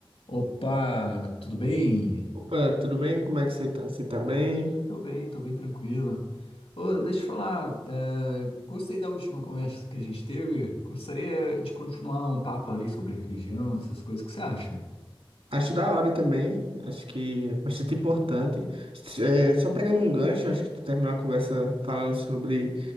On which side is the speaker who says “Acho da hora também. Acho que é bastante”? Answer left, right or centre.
Right